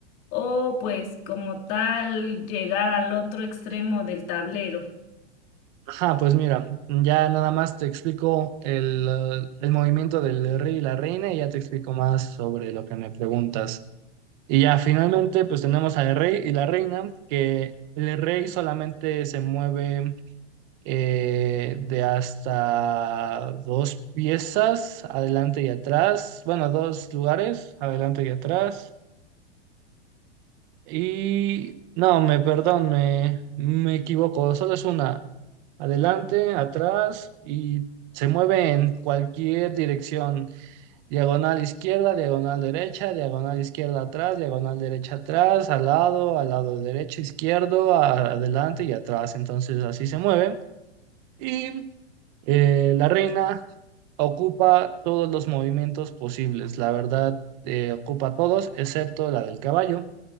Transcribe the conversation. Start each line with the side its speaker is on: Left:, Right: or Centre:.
Left: ¿O pues como tal llegar al otro extremo del tablero?
Right: Ajá, pues mira, ya nada más te explico el, eh, el movimiento del rey y la reina y ya te explico más sobre lo que me preguntas. Y ya finalmente, pues tenemos al rey y la reina, que el rey solamente se mueve eh, de hasta dos piezas, adelante y atrás, bueno, dos lugares, adelante y atrás. Y no, me perdón, me, me equivoco, solo es una adelante, atrás y se mueve en cualquier dirección. Diagonal izquierda, diagonal derecha, diagonal izquierda atrás, diagonal derecha atrás, al lado, al lado derecho, izquierdo, a- adelante y atrás. Entonces así se mueve. Y eh, la reina ocupa todos los movimientos posibles. La verdad, eh, ocupa todos excepto la del caballo